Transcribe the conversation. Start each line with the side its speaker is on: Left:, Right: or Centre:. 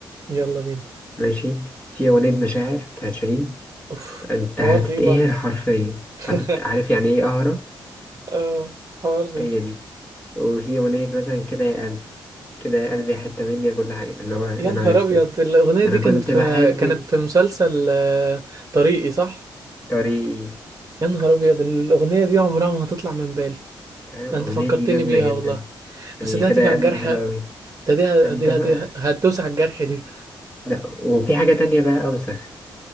Right: يلا بينا
Left: ماشي في أغنية مشاعر بتاعت شيرين
Right: اوف
Left: أنت
Right: حوار
Left: هتتقهر
Right: دي برضه
Left: حرفيا
Right: <laughs>
Left: هتت... عارف يعني إيه قهرة؟
Right: اه حوار دي
Left: هي دي وفي أغنية مثلا كده يا قلبي كده يا قلبي حتة مني كل حاجة اللي هو يا
Right: يا نهار
Left: نهار أسود
Right: ابيض الاغنيه دي
Left: أنا
Right: كانت
Left: كنت
Right: في
Left: بحبك
Right: كانت في مسلسل آه، طريقي صح
Left: طريقي
Right: يا نهار ابيض الاغنيه دي عمرها ما هتطلع من بالي
Left: فاهم الأغنية
Right: ده انت فكرتني
Left: دي جامدة
Right: بيها
Left: جدا
Right: والله
Left: يعني
Right: بس دي
Left: كده
Right: هتيجي
Left: يا
Right: على
Left: قلبي
Right: الجرح
Left: دي حلوة أوي
Right: ده دي ه-
Left: أنت
Right: دي
Left: بقى
Right: هت- هتدوس على الجرح دي
Left: لأ وفي حاجة تانية بقى أوسخ